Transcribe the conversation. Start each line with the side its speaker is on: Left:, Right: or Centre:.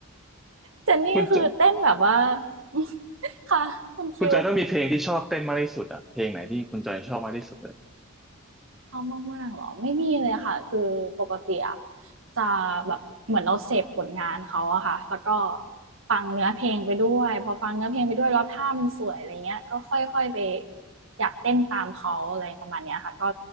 Right: เจนนี่คือเต้นแบบว่า
Centre: คุณจอย
Right: <laughs> ค่ะคุณคิว
Centre: คุณจอยต้องมีเพลงที่ชอบเต้นมากที่สุดอะเพลงไหนที่คุณจอยชอบมากที่สุดเลย
Right: ชอบมากๆเหรอไม่มีเลยค่ะคือปกติอะจะแบบเหมือนเราเสพผลงานเขาอะค่ะแล้วก็ฟังเนื้อเพลงไปด้วยพอฟังเนื้อเพลงไปด้วยแล้วท่ามันสวยอะไรเงี้ยก็ค่อยๆไปอยากเต้นตามเขาอะไรประมาณเนี้ยค่ะก็